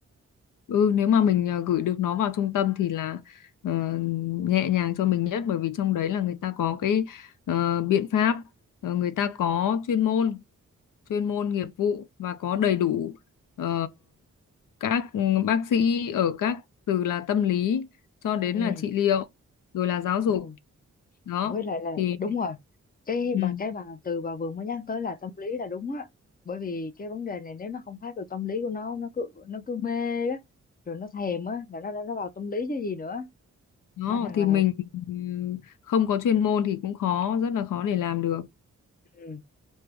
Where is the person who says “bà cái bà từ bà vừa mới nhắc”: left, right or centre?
Left